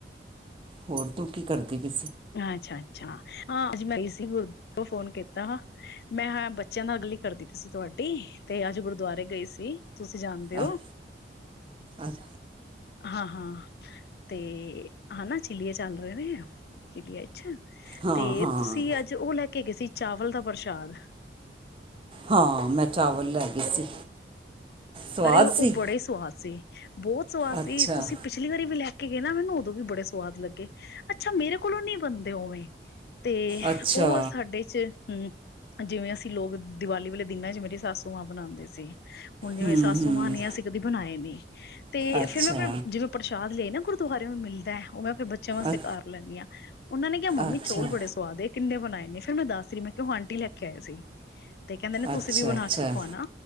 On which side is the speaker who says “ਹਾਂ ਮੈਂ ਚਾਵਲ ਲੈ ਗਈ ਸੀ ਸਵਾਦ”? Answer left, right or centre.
Right